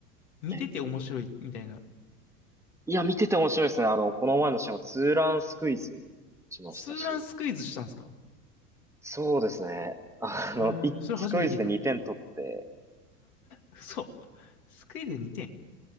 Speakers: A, on the left; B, in the centre.
A: 見てて面白いみたいな。
B: ええいや、見てて面白いですね。あの、この前の試合もツーランスクイズしましたし。
A: ツーランスクイズしたんですか
B: そうですね。あの、
A: えー、
B: いスクイズで2点取って、
A: それ初めて聞いた。嘘。スクイズでにて点。